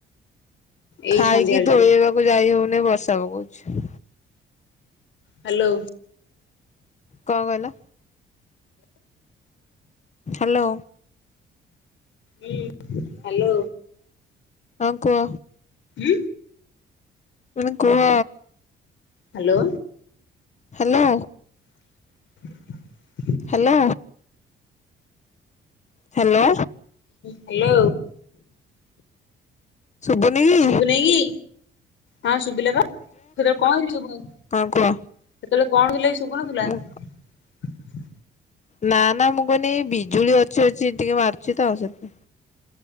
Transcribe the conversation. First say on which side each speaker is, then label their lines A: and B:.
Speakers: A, on the left; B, on the left.
A: ଏଇ
B: ଖାଇକି
A: ସନ୍ଧ୍ୟାବେଳଟାରେ
B: ଧୋଇହବାକୁ ଯାଇ ହଉନି । ନି ବର୍ଷା ପକଉଛି।
A: ହ୍ୟାଲୋ।
B: କଣ କହିଲ? ହାଲୋ।
A: ହୁଁ। ହାଲୋ।
B: ହଁ କୁହ।
A: ଉଁ
B: ତୁମେ କୁହ।
A: Hello.
B: Hello.
A: <inaudible>
B: Hello. Hello.
A: Hello.
B: ଶୁଭୁନି କି?
A: ଶୁଭୁନେଇ କି? ହଁ ଶୁଭିଲା ବା ସେତେବେଳେ କଣ ହେଇଚି କି ଶୁଭୁ ନ ସେତେବେଳେ
B: ହଁ କୁହ।
A: କଣ ହଇଥିଲା କି ଶୁଭୁନଥିଲା
B: ମୁଁ
A: ।
B: ନା ନା ମୁଁ କହୁନି ବିଜୁଳି ଅ ଚଡଚଡି ଟିକେ ମାରୁଛି ତ ସେଥିପାଇଁ।